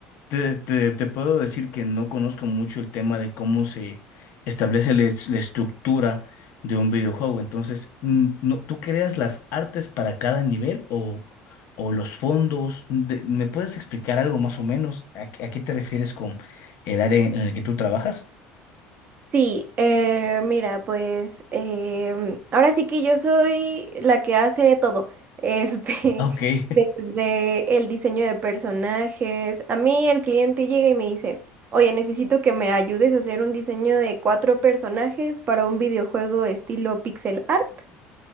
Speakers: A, on the left; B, on the right.
A: te, te- te puedo decir que no conozco mucho el tema de cómo se establece la, es- la estructura de un videojuego. Entonces, mm, no, ¿tú creas las artes para cada nivel o, o los fondos? De- ¿me puedes explicar algo más o menos? ¿A, qué a qué te refieres con el área en el que tú trabajas?
B: Sí, eh, mira, pues em, ahora sí que yo soy la que hace todo, este,
A: Ah, Ok, <laughs>
B: <laughs> desde el diseño de personajes. A mí el cliente llega y me dice, oye, necesito que me ayudes a hacer un diseño de cuatro personajes para un videojuego estilo pixel art